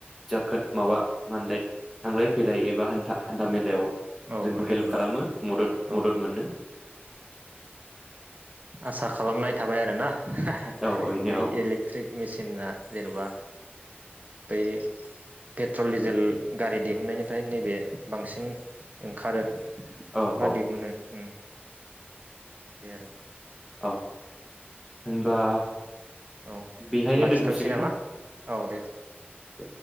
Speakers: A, in the centre; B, on the right (about 40°).
A: जाखोद माबा माय थांलाय फैलाय एबा हान्था-हान्था मेलायाव
B: औ
A: जोंखौ
B: हान्था
A: हेल्प
B: मेला
A: खालामो मदद-मदद
B: औ
A: मोनो
B: आसा खालामनाय थाबाय आरो ना <unintelligible>
A: औ बेनो
B: इलि-इलेक्ट्रिक
A: औ
B: मेसिनना जेनेबा बै पेट्रल दिजेल गारि दिहुननायनिफ्राय नैबे बांसिन ओंखारो
A: औ
B: बार्डेखौनो
A: औ
B: उम देर
A: औ होनबा
B: औ
A: बेहायनो
B: लाखिथ'नोसै
A: दोनथ'सिगोन
B: नामा
A: ना
B: औ दे।
A: दे